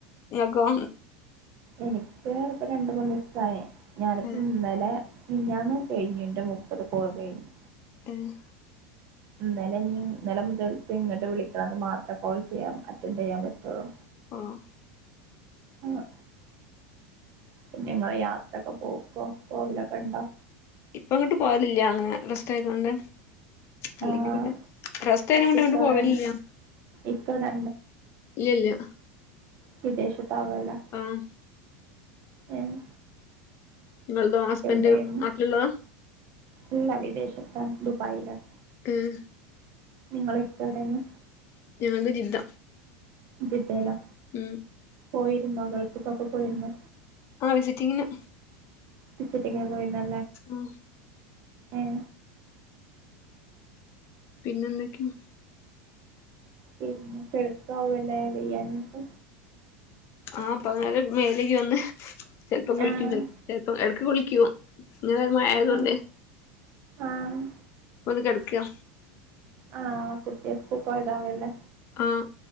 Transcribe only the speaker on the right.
എനിക്ക് ഇപ്പ രണ്ട് മൂന്നു ദിവസായി ഞാനിപ്പോ
ഇന്നലെ നിഞ്ഞാന്ന് കഴിഞ്ഞു എന്റെ മുപ്പത് കോള് കഴിഞ്ഞു.
ഇന്നലെ ഇൻ ഇന്നലെ മുതൽ ഇങ്ങിട്ട് വിളിക്കണത് മാത്രേ കോൾ ചെയ്യാം അറ്റൻഡ് ചെയ്യാൻ പറ്റുള്ളൂ.
ആഹ് പിന്നെ ഇങ്ങള് യാത്രയൊക്കെ പോക്കോ പോവലൊക്കെ ഇണ്ടോ
ആഹ്
ഇക്ക
ഇവിടെ
ഇക്ക ഇവിടെ
വിദേശത്താവു അല്ലാ
ഏഹ്
എവിടെയായിരുന്നു
ഇല്ല വിദേശത്താണ് ദുബായിലാണ്
നിങ്ങള് ഇപ്പെവ്ടേണ്
ജിദ്ദേലോ
പോയിരുന്നോ ഗൾഫ്ക്കൊക്കെ പോയിരുന്നോ
വിസിറ്റിങ്ങിന് പോയിര്ന്നാ
ഉം
പിന്നെ കെടക്കാവു അല്ലേ വയ്യാഞ്ഞിട്ട്
ആഹ്
ആഹ് ആഹ്
ആഹ് കുട്ടിയ സ്കൂൾ പോയതാവല്ലേ